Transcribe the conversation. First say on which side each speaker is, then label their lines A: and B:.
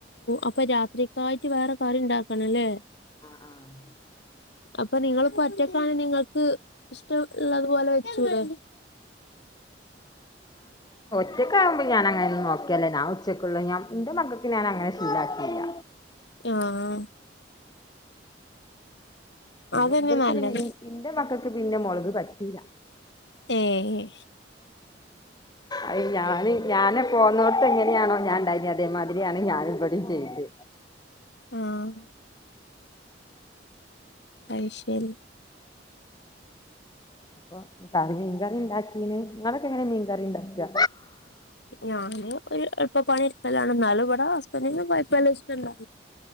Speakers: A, on the left; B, on the left.
A: അപ്പൊ രാത്രിക്കായിട്ട് വേറെ കറി ഇണ്ടാക്കണം ല്ലേ
B: ആഹ് ആഹ്
A: അപ്പൊ നിങ്ങൾ ഇപ്പൊ ഒറ്റക്കാണ് നിങ്ങ ക്ക് ഇഷ്ടംള്ളതു പോലെ വെചുടെ
B: ഒറ്റക്ക ആകുമ്പോ ഞാന അങ്ങനെ നോക്കല്ല ഞ ഉച്ചക്കുള്ള ഞാൻ ഇന്റെ മകക്ക് ഞാ അങ്ങനെ ഷീല്ലാകീല്ല
A: ആഹ്
B: പിന്നെ
A: അതന്നെ
B: ഇവർക്ക്
A: നല്ലത്
B: പിന്നെ ഇന്റെ മക്കക്ക് പിന്നെ മൊളക് പറ്റൂല
A: ഏഹ്
B: അ ഞാന് ഞാന പോന്നോട്ത്ത് എങ്ങനെയാണോ ഞാൻ ഇണ്ടായിനേത് അതേമാതിരിയാണ് ഞാൻ ഇവിഡിം ചെയ്ത്
A: ആഹ് അയ്ശേരി
B: അപ്പൊ കറി മീൻകറി ഇണ്ടാക്കീന് ഇങ്ങളൊക്കെങ്ങനെ മീൻകറി ഇ ണ്ടാക്കാ
A: ഞാന് ഒരു എളപ്പ പണി ഇടക്കലാണ് ഇന്നാലും ഇവിടെ ഹസ്ബൻഡ്ന് കൊഴപ്പല്ല ഇഷ്ട്ടല്ല